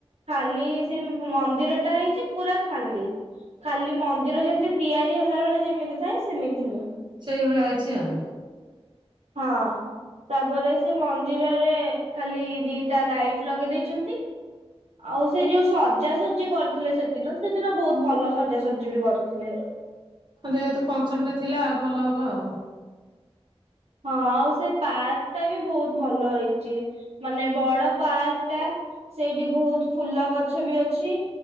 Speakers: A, on the right; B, on the right.
A: ଖାଲି ସେ ମୁ ମନ୍ଦିର ଟା ହେଇଚି ପୁରା ଖାଲି। ଖାଲି ମନ୍ଦିର ଯେମିତି ତିଆରି ହେଲା ବେଳେ ଯେମିତି ଥାଏ ସେମିତି ହିଁ।
B: ସେଇଭଳିଆ ହେଇଚି ଆଉ।
A: ହଁ ତାପରେ ସେ ମନ୍ଦିରରେ ଖାଲି ଦିଟା ଲାଇଟ୍ ଲଗେଇ ଦେଇଚନ୍ତି ଆଉ ସେ ଯୋଉ ସଜାସଜି କରିଥିଲେ ସେଦିନ ସେଦିନ ବହୁତ ଭଲ ସଜାସଜି ବି କରିଥିଲେ।
B: ଯେହେତୁ ଫଙ୍କସନ୍ଟା ଥିଲା ଭଲ ହବ ଆଉ। ହଁ।
A: ହଁ ଆଉ ସେ ପାର୍କ ଟା ବି ବହୁତ ଭଲ ହେଇ ଛି ମାନେ ବଡ ପାର୍କ ଟା ସେଇଠି ବହୁତ ଫୁଲ ଗଛ ବି ଅଛି।